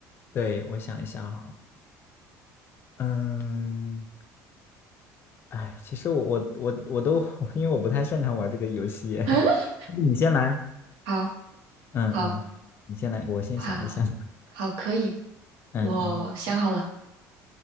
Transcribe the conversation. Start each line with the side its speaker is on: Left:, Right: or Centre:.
Left: 对我想一想哈，嗯，哎，其实我我我我都 <laughs> 因为我不太擅长玩这个游戏，<laughs> 要不你先来，
Right: <laughs> 好，
Left: 嗯嗯，
Right: 好，
Left: 你先来，我先想一想，
Right: 好，
Left: <laughs>
Right: 好，可以，
Left: 嗯嗯
Right: 我想好了，